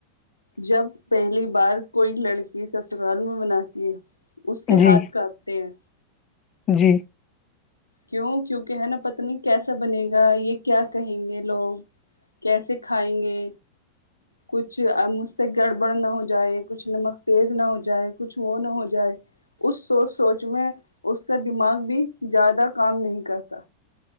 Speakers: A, on the left (about 85°); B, on the left (about 30°).
A: جب پہلی بار کوئی لڑکی سسرال میں مناتی ہے اس کے
B: جی
A: ہاتھ کاپتے ہیں
B: جی
A: کیوں کیوںکہ ہے نا پت نہیں کیسا بنے گا یہ کیا کہیں گے لوگ کیسے کھائیں گے
B: <inaudible>
A: کچھ مجھ سے گڑبڑ نہ ہو جائے کچھ نمک تیز نہ ہو جائے کچھ وہ نہ ہو جائے اس سوچ سوچ میں اس کا دماغ بھی زیادہ کام نہیں کرتا